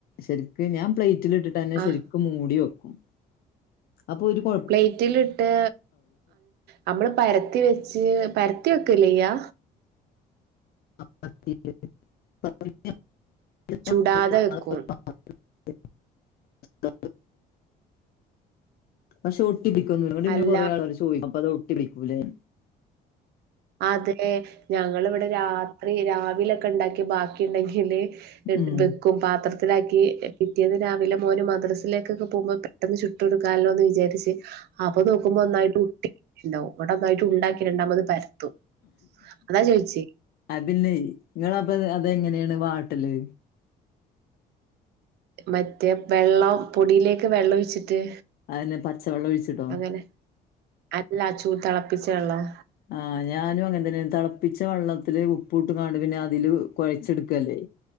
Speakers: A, on the left (about 65°); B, on the right (about 75°).
A: ശരിക്ക് ഞാൻ പ്ലേറ്റിലിട്ടിട്ടന്നെ
B: ആഹ്
A: ശരിക്ക് മൂടി വെക്കും അപ്പൊ ഒരു കൊഴ
B: പ്ലേറ്റിലിട്ട് നമ്മള് പരത്തി വെച്ച് പരത്തി വെക്കല്ലേയ്യ
A: <inaudible> <unintelligible>
B: ചുടാതെ വെക്കും
A: പക്ഷെ ഒട്ടിപ്പിക്കുന്നു നിട്ട ഇന്ന
B: അല്ല
A: കൊറേ ആൾ ചോദിക്ക അപ്പ അത് ഒട്ടിപ്പിക്കൂല്ലേ
B: അതെ ഞങ്ങള്വ്ടെ രാത്രി രാവിലൊക്കെണ്ടാക്കി ബാക്കിണ്ടെങ്കില്
A: ഉം
B: വെക്കും പാത്രത്തിലാക്കി പിറ്റിയേന്ന് രാവിലെ മോന് മദ്രസിലെ ക്കൊക്കെ പോകുമ്പൊ പെട്ടന്ന് ചുട്ടൊടുക്കാല്ലോന്ന് വിചാരിച്ച് അപ്പ നോക്കുമ്പോ ന്നായിട്ട് ണ്ടാവും ങ്ങടൊന്നായിട്ട് ഉണ്ടാക്കി രണ്ടാമത് പരത്തും അതാ ചോയിച്ചേ
A: അതില്ലേ ങ്ങളപ്പ അതെങ്ങനേണ് വാട്ടല്
B: മറ്റേ വെള്ളം പൊടിയിലേക്ക് വെള്ളം ഒഴിച്ചിട്ട്
A: അതന്നെ പച്ചവെള്ളം ഒഴിച്ചിടോ
B: അങ്ങനെ അല്ല ചൂട് തിളപ്പിച്ച വെള്ളം
A: ആഹ ഞാനും അങ്ങനെ തന്നെ തിളപ്പിച്ച വെള്ളത്തില് ഉപ്പൂട്ട്ങ്ങാണ്ട് പിന്നെ അതില് കുഴച്ചെടുക്കല്ലേ